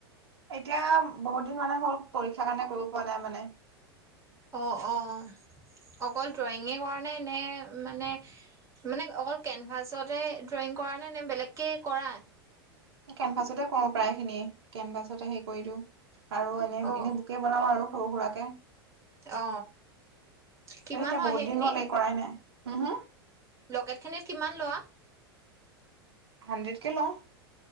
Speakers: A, on the right (about 70°); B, on the right (about 20°).
A: এতিয়া বহুত দিন মানে হ'ল, পৰীক্ষাৰ কাৰণে কৰিব পৰা নাই মানে।
B: অ'অ', অকল ড্ৰয়িঙে কৰা নে? নে মানে, মানে অকল কেনভাছতে ড্ৰয়িং কৰা নাই নে বেলেগকে কৰা
A: কেনভাছতে কৰো প্ৰায় খিনিয়, কেনভাছতে হেৰি কৰি দিওঁ। আৰু এনে
B: অ
A: এনে বোকে বনাও আৰু। শহুোৰাকে।
B: অ। কিমান
A: এ এতিয়া
B: হয়
A: বহুত
B: সেইখিনি
A: দিন হ'ল এই কৰাই নাই। হা হা
B: লকেট খিনিত কিমান লোৱা?
A: হাড্ৰেড কে লও।